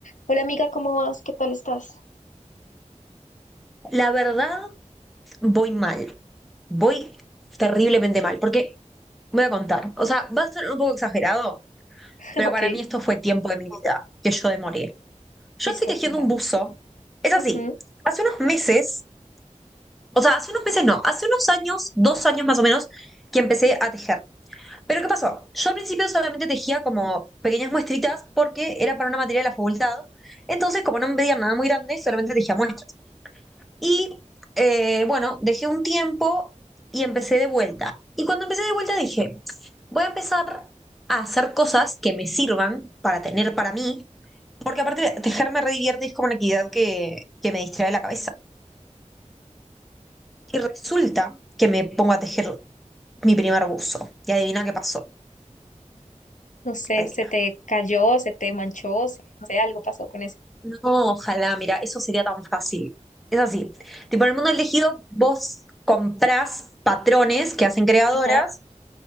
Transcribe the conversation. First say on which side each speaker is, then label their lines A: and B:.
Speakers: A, on the left; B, in the centre.
A: Hola amiga, ¿cómo vas? ¿Qué tal estás?
B: La verdad, voy mal. Voy terriblemente mal. Porque voy a contar. O sea, va a ser un poco exagerado,
A: <laughs>
B: pero
A: Ok,
B: para mí esto fue tiempo de mi vida que yo demoré. Yo
A: listo,
B: estoy tejiendo
A: cuéntame.
B: un buzo. Es así.
A: Ujú.
B: Hace unos meses, o sea, hace unos meses no, hace unos años, dos años más o menos, que empecé a tejer. Pero ¿qué pasó? Yo al principio solamente tejía como pequeñas muestritas porque era para una materia de la facultad. Entonces, como no me pedían nada muy grande, solamente tejía muestras. Y eh, bueno, dejé un tiempo y empecé de vuelta. Y cuando empecé de vuelta dije, voy a empezar a hacer cosas que me sirvan para tener para mí, porque aparte tejer me redivierte y es como una actividad que, que me distrae la cabeza. Y resulta que me pongo a tejer mi primer buzo. Y adivina qué pasó.
A: No sé,
B: Adivina.
A: se te cayó, se te manchó, se- no sé, algo pasó con eso.
B: No, ojalá, mira, eso sería tan fácil. Es así. Tipo, en el mundo del tejido, vos comprás patrones que hacen creadoras
A: Ajá,